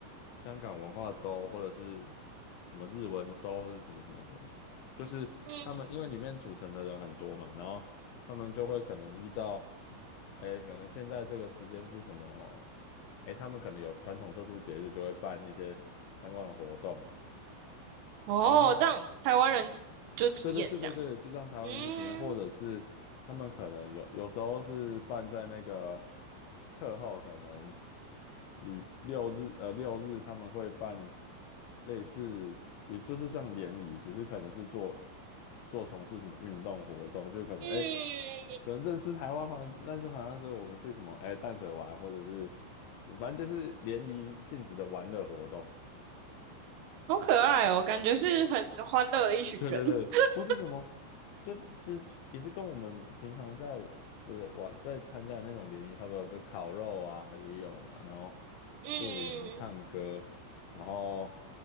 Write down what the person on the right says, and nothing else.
嗯，
哦，
让台湾人就体验这样。
嗯
嗯，
好可爱哦，感觉是很欢乐的一群人。
<laughs>
嗯